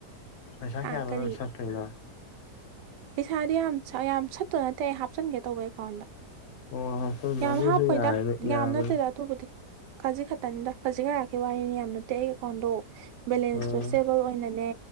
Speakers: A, on the left; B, on the right.
A: ꯄꯩꯁꯥ
B: ꯑꯥ
A: ꯀꯌꯥꯅꯣ
B: ꯀꯔꯤ
A: ꯅꯪꯅꯥ ꯁꯠꯇꯣꯏꯅ
B: ꯄꯩꯁꯥꯗꯤ ꯌꯥꯝ ꯌꯥꯝ ꯁꯠꯇꯧ ꯅꯠꯇꯦ ꯑꯩ ꯍꯞꯆꯤꯟꯒꯦ ꯇꯧꯕ ꯑꯦꯀꯥꯎꯟꯗ
A: ꯑꯣ ꯍꯥꯞꯆꯟꯂꯣ
B: ꯌꯥꯝ
A: ꯑꯗꯨꯁꯨ
B: ꯍꯥꯞꯄꯣꯏꯗ
A: ꯌꯥꯏꯅꯤ ꯌꯥꯕꯅꯤ
B: ꯌꯥꯝ ꯅꯠꯇꯦꯗ ꯑꯗꯨꯕꯨꯗꯤ ꯈꯖꯤꯛ ꯈꯛꯇꯅꯤꯗ ꯈꯖꯤꯛ ꯈꯔꯥꯛꯀꯤ ꯋꯥꯔꯤꯅꯤ ꯌꯥꯝ ꯅꯠꯇꯦ ꯑꯩ ꯑꯦꯀꯥꯎꯟꯗꯣ ꯕꯦꯂꯦꯟꯁꯇꯣ
A: ꯑꯣ
B: ꯁꯇꯦꯕꯜ ꯑꯣꯏꯅꯅꯦ